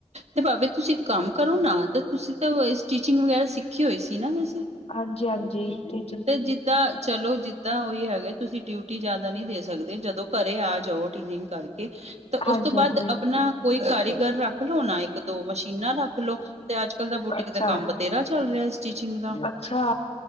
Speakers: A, on the right (about 65°); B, on the left (about 55°).
A: ਤੇ ਪਾਭੀ ਤੁਸੀ ਕਾੰਮ ਕਰੋ ਨਾ ਤੇ ਤੁਸੀ ਤਾ ਸਟੀਚਿੰਗ ਵਗੈਰਾ ਸਿੱਖੀ ਹੋਈ ਸੀ ਨਾ ਵੈਸੇ।
B: ਹਾਂਜੀ-ਹਾਂਜੀ ਸਟੀ
A: ਤੇ ਜਿੱਦਾਂ‌ ਚਲੋ ਜਿੱਦਾਂ ਓਈ ਹੈਗੇ‌ ਤੁਸੀ ਡਯੁਟੀ ਜਾਦਾ ਨੀ ਦੇ ਸਕਦੇ ਜਦੋ ਘਰੇ ਆ ਜੋ ਟੀਨਿਗ ਕਰਕੇ। ਤੇ
B: ਹਾਂਜੀ-ਹਾਂਜੀ।
A: ਓਸ ਤੋ ਬਾਦ ਆਪਨਾ ਕੋਈ ਕਾਰੀਗਰ ਰਾੱਖ ਲੋ ਨਾ ਇੱਕ ਦੋ ਮਸ਼ੀਨਾਂ ਰੱਖ ਲੋ ਤੇ ਅੱਜ-ਕੱਲ ਦਾ ਬੂਟੀ
B: ਅੱਛਾ,
A: ਦਾ ਕੰਮ
B: ਅੱਛਾ।
A: ਬਤੇਰਾ ਚੱਲ ਰੇਆ ਸਟਿਚਿੰਗ ਦਾ।
B: ਅੱਛਾ।